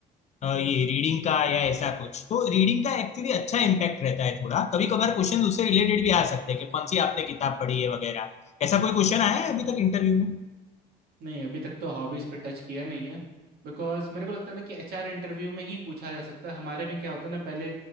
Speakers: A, on the left; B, on the right.
A: अ, ये रीडिंग का या ऐसा कुछ तो रीडिंग का एक्चुअली अच्छा इम्पैक्ट रहता है थोड़ा कभी कभार क्वेश्चन उससे रिलेटेड भी आ सकते हैं कि कौन सी आपने किताब पढ़ी है वगैरह ऐसा कोई क्वेश्चन आया है अभी तक इंटरव्यू में
B: नहीं अभी तक तो हॉबीज पे टच किया नहीं है बिकॉज मेरे को लगता है ना कि एचआर इंटरव्यू में ही पूछा जा सकता है हमारे में क्या होता है ना पहले